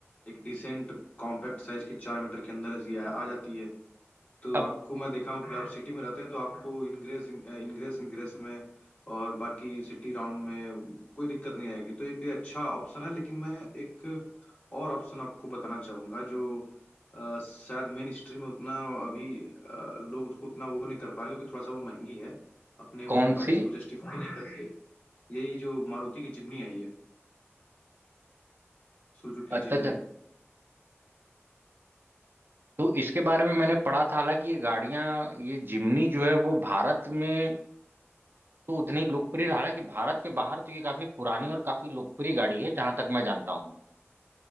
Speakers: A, on the left; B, on the right.
A: एक डिसेंट कॉम्पैक्ट साइज की चार मीटर के अंदर ऐसी आ, आ जाती है तो
B: अब
A: आपको मैं देखा हूँ कि आप <clears throat> सिटी में रहते हैं तो आपको इनग्रेस इनग्रेस इनग्रेस में और बाकी सिटी राउंड में कोई दिक्कत नहीं आएगी तो एक ये अच्छा ऑप्शन है लेकिन मैं एक और ऑप्शन आपको बताना चाहूँगा जो अ, शायद मेन स्ट्रीम में उतना अभी अ, लोग उसको उतना वो नहीं कर पा रहे क्योंकि थोड़ा सा वो महंगी है अपने
B: कौन
A: वो प्राइस
B: सी
A: को जस्टिफाई नहीं करते यही जो मारुति की जिमनी आई है सुजुकी
B: अच्छा
A: जिमनी
B: अच्छा तो इसके बारे में मैंने पढ़ा था हालांकि ये गाड़ियां ये जिमनी जो है वो भारत में तो उतनी लोकप्रिय हालांकि भारत के बाहर तो ये काफी पुरानी और काफी लोकप्रिय गाड़ी है जहां तक मैं जानता हूँ